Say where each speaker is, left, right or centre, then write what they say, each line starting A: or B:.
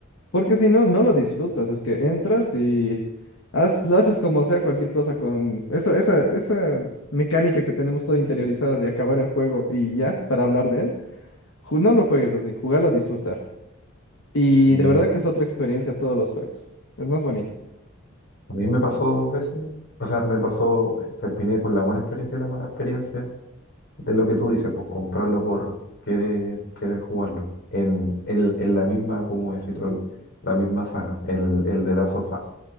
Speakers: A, on the left; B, on the left.
A: Porque si no, no lo disfrutas. Es que entras y haz- lo haces como sea cualquier cosa con eso, esa, esa mecánica que tenemos toda interiorizada de acabar el juego y ya, para hablar de él. ju- No lo juegues así, jugalo a disfrutar. Y
B: eh,
A: de verdad que es otra experiencia todos los juegos. Es más bonito.
B: a mí me pasó dos veces, o sea, me pasó, eh, terminé con la buena experiencia y la mala experiencia de lo que tú dices, pues comprarlo por querer, querer jugarlo, en, en, en la misma, ¿cómo decirlo? La misma saga, el, el de Last of Us.